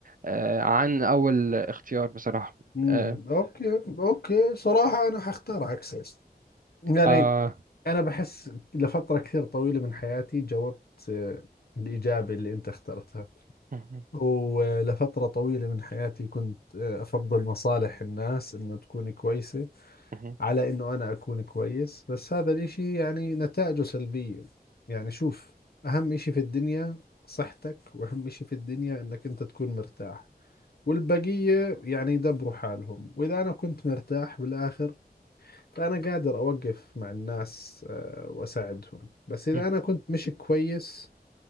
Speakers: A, on the right (about 55°); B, on the left (about 65°).
A: آه، عن أول اختيار بصراحة
B: امم
A: آه،
B: اوكي اوكي صراحة انا حختار عكسك يعني
A: آه،
B: انا بحس لفترة كثير طويلة من حياتي جاوبت آه، الإجابة اللي انت اخترتها
A: <laughs> مهم،
B: ولفترة طويلة من حياتي كنت آه، افضل مصالح الناس انه تكون كويسة
A: مهم،
B: على انه انا اكون كويس بس هذا الاشي يعني نتائجه سلبية يعني شوف اهم اشي في الدنيا صحتك واهم اشي في الدنيا انك انت تكون مرتاح والبقية يعني يدبروا حالهم وإذا أنا كنت مرتاح بالآخر فأنا قادر أوقف مع الناس آه، وأساعدهم بس إذا
A: مهم،
B: أنا كنت مش كويس